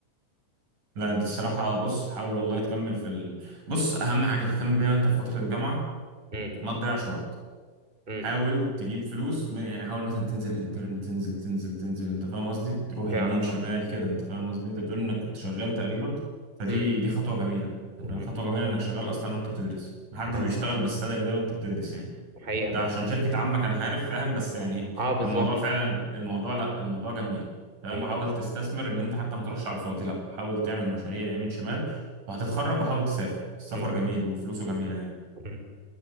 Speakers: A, on the right; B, on the right.
A: لا انت الصراحه بص حاول والله تكمل في ال... بص اهم حاجه تهتم بيها وانت في فتره الجامعه
B: امم
A: ما تضيعش وقت
B: امم
A: حاول تجيب فلوس م- يعني حاول مثلا تنزل انترن تنزل تنزل تنزل انت فاهم قصدي تروح
B: فعلا
A: يمين
B: اه
A: شمال كده انت فاهم قصدي انت بتقول انك كنت شغال تقريبا فدي
B: امم
A: دي خطوه جميله انت
B: امم
A: فاهم خطوه جميله انك شغال اصلا وانت بتدرس محدش
B: اه
A: بيشتغل بالسالري ده وانت بتدرس يعني
B: حقيقة
A: ده
B: فعلا
A: عشان شركه عمك انا عارف فاهم بس يعني
B: اه بالظبط
A: الموضوع فعلا الموضوع لا الموضوع جميل فاهم
B: امم
A: حاول تستثمر ان انت حتى ما تروحش على الفاضي لا حاول تعمل مشاريع يمين شمال وهتتخرج وحاول تسافر السفر
B: امم
A: جميل وفلوسه جميله يعني
B: امم